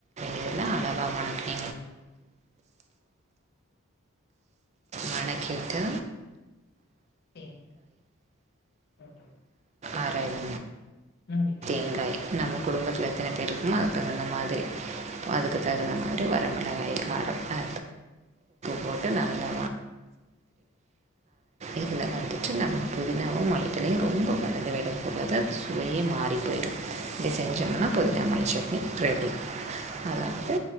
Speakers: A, on the right; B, on the left.
A: இதுதா அளவா வணங்கி வணக்கிட்டு
B: ஏ சரி
A: ஆராய
B: நம் வீட்டு
A: வெங்காயம் நம்ம குடும்பத்துல எத்தனை பேரு இருக்கமோ அதுக்கு தகுந்த மாதிரி அதுக்கு தகுந்த மாதிரி வரமிளகாய் காரத்துக் போட்டு நல்லா இதுல வந்துட்டு நம்ம புதினாவையும், மல்லித்தழையும் ரொம்ப வதங்க விட கூடாது அது சுவையே மாறி போயிரும் இப்படி செஞ்சோம்னா புதினாமல்லி சட்னி ரெடி அதாவது